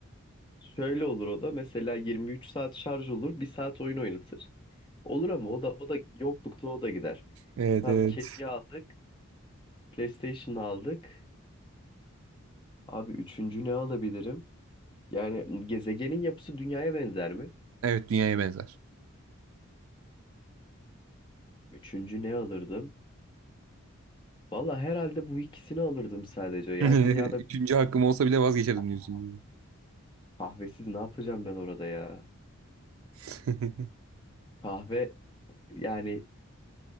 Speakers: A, on the left (about 20°); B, on the right (about 70°).
A: şöyle olur o da mesela 23 saat şarj olur, bir saat oyun oynatır. Olur ama o da o da yoklukla o da gider.
B: Evet
A: Tamam
B: evet.
A: kediyi aldık, PlayStation aldık. Abi üçüncü ne alabilirim? Yani gezegenin yapısı dünyaya benzer mi?
B: Evet dünyaya benzer.
A: Üçüncü ne alırdım? Valla herhalde bu ikisini alırdım sadece ya.
B: <laughs>
A: Dünyada
B: Üçüncü
A: bir-
B: hakkım olsa bile vazgeçerdim
A: Ah,
B: diyorsun.
A: kahvesiz ne yapacağım ben orada ya?
B: <laughs>
A: Kahve yani